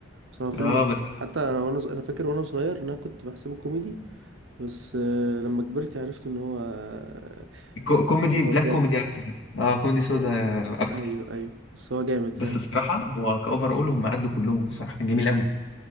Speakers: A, on the right; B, on the left.
A: بس هو فيلم
B: اه بس
A: حتى انا وانا ص- انا فاكر وانا صغير ان انا كنت بحسبه كوميدي بس آه لما كبرت عرفت ان هو آه،
B: كو... كوميدي
A: سوداء
B: بلاك كوميدي اكتر اه كوميدي سودا
A: <laughs>
B: اكتر
A: ايوه ايوه بس هو جامد
B: بس
A: فعلا
B: بصراحة هو كأوفر اول هم قدوا كلهم بصراحة كان جميل قوي